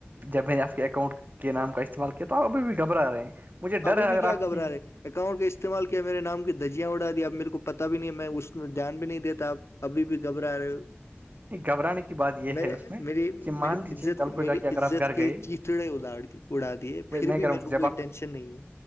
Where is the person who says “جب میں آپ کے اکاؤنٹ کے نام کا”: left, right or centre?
Right